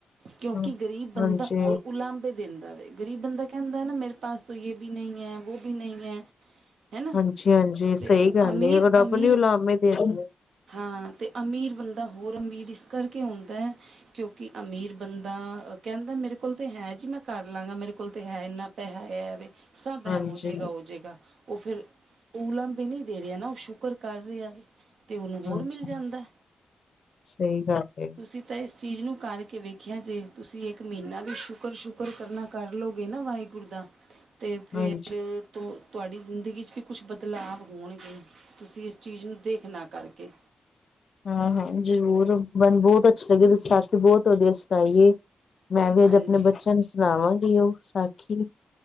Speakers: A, on the right; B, on the left.
A: ਕਿਉਂਕਿ
B: ਹਾਂ,
A: ਗ਼ਰੀਬ ਬੰਦਾ
B: ਹਾਂਜੀ,
A: ਹੋਰ ਲਾਂਭੇ ਦਿਨ। ਗ਼ਰੀਬ ਬੰਦਾ ਕਹਿੰਦਾ ਹੈ ਨਾ ਮੇਰੇ ਪਾਸ ਯੇ ਬੀ ਨਹੀਂ ਹੈ ਵੈ ਬੀ ਨਹੀਂ ਹੈ। ਹੈ ਨਾ,
B: ਹਾਂਜੀ-ਹਾਂਜੀ
A: ਤੇ
B: ਸਹੀ
A: ਉਹ
B: ਗੱਲ
A: ਅਮੀਰ-ਅਮੀਰ।
B: ਏ, ਉਹ ਰੱਬ ਨੂੰ ਉਲਾਮੇ ਦਿੰਦਾ।
A: ਹਾਂ, ਤੇ ਅਮੀ। ਅਮੀਰ ਬੰਦਾ ਹੋਰ ਅਮੀਰ ਇਸ ਕਰਕੇ ਹੁੰਦਾ, ਕਿਉਂਕਿ ਅਮੀਰ ਬੰਦਾ ਕਹਿੰਦਾ, ਮੇਰੇ ਕੋਲ ਤੇ ਹੈ ਜੇ, ਮੈਂ ਕਰ ਲਾਂਗਾ। ਮੇਰੇ ਕੋਲ ਤੇ ਹੈ ਇੰਨਾ ਪੈਸਾ ਹੈਵੇ। ਸਭ ਹੈ,
B: ਹਾਂਜੀ,
A: ਹੋ ਜਾਏਗਾ, ਹੋ ਜਾਏਗਾ ਉਹ ਫਿਰ। ਉਹ ਲੰਬੇ ਨਹੀਂ ਦੇ ਰਿਹਾ ਨਾ, ਉਹ ਸ਼ੁਕਰ ਕਰ ਰਿਹਾ, ਤੇ ਉਹਨੂੰ
B: ਹਾਂਜੀ
A: ਹੋਰ ਮਿਲ ਜਾਂਦਾ।
B: ਸਹੀ ਗੱਲ ਹੈ।
A: ਤੁਸੀਂ ਤਾਂ ਇਸ ਚੀਜ਼ ਨੂੰ ਕਰਕੇ ਵੇਖਿਆ ਜੇ ਤੁਸੀਂ ਇੱਕ ਮਹੀਨਾ ਵੀ ਸ਼ੁਕਰ ਸ਼ੁਕਰ ਕਰਨਾ ਕਰ ਲਓਗੇ ਨਾ ਵਾਹਿਗੁਰੂ ਤਾ ਅਤੇ ਫਿਰ
B: ਹਾਂਜੀ,
A: ਤਾਂ, ਤੁਹਾਡੀ ਜ਼ਿੰਦਗੀ 'ਚ ਵੀ ਕੁਝ ਬਦਲਾਵ ਹੋਣਗੇ। ਤੁਸੀਂ ਇਸ ਚੀਜ਼ ਨੂੰ ਦੇਖ ਨਾ ਕਰਕੇ।
B: ਹਾਂ ਹਾਂ ਜ਼ਰੂਰ ਮੈਨੂੰ ਬਹੁਤ ਅੱਛਾ ਲੱਗੇ ਤੁਸੀਂ ਸਾਖੀ ਬਹੁਤ ਵਧੀਆ ਸੁਣਾਈਏ। ਮੈਂ ਵੀ
A: ਹਾਂਜੀ
B: ਅੱਜ ਆਪਣੇ ਬੱਚਿਆਂ ਨੂੰ ਸੁਣਾਵਾਂਗੀ ਉਹ ਸਾਖੀ